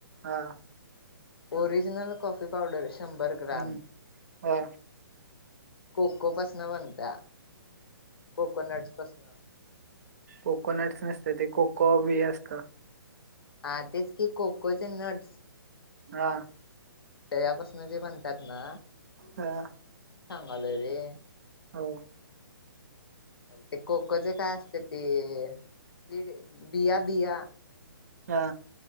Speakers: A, on the right; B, on the left.
A: हा.
B: ओरिजनल कॉफी पावडर शंभर ग्राम
A: हम्म हा
B: कोकोपसन बनत कोकोनट पासन.
A: कोकोनट नसत ते कोको बी असत.
B: हा तेच की कोकोचे नट्स.
A: हा.
B: त्याच्या पासन जे बणतात ना.
A: हा.
B: <unintelligible>
A: हो.
B: अरे ते कोकोचे काय असते ते शिड बिया बिया.
A: हा.